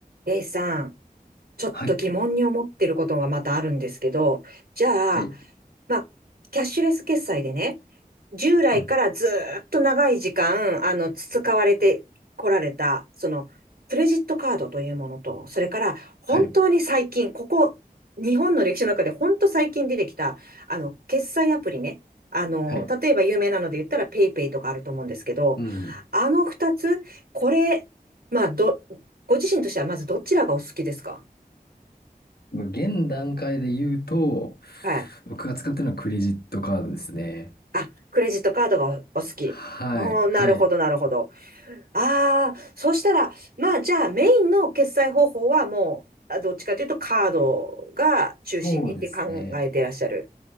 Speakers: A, on the right; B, on the left.
A: レイさん、ちょっと疑問に思ってることがまたあるんですけど、
B: はい。
A: じゃあ、
B: はい。
A: まあ、キャッシュレス決済でね、従来からずーっと長い時間、
B: うん。
A: あの、培われてこられた、その、クレジットカードというものと、それから、本当に最近、
B: はい。
A: ここ、日本の歴史の中で本当最近出てきた、あの、決済アプリね。あの、
B: はい。
A: 例えば有名なので言ったら、ペイペイとかあると思うんですけど、
B: うん。
A: あの二つ、これ、まあ、ど、ご自身としてはまずどちらがお好きですか
B: まあ現段階で言うと、
A: はい。
B: 僕が使ってるのはクレジットカードですね。
A: あ、クレジットカードがお、お好き。
B: はい。
A: おー、
B: はい。
A: なるほど、なるほど。ああ、そうしたら、まあじゃあメインの決済方法はもう、あどっちかというとカードが中心にって考えてらっしゃる。
B: そうですね。